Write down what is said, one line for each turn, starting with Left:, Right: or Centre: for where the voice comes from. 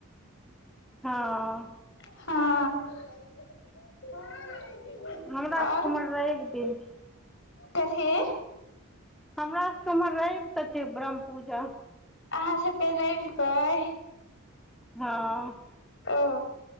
Centre: हँ।
Left: हँ।
Centre: हमरा
Left: आओर
Centre: सब के उम्हर रैब दिन छै।
Left: कथी?
Centre: हमरा स उम्हर रैब कऽ छै बरहम पूजा।
Left: अहाँ सबके रैब क अई?
Centre: हँ।
Left: ओ,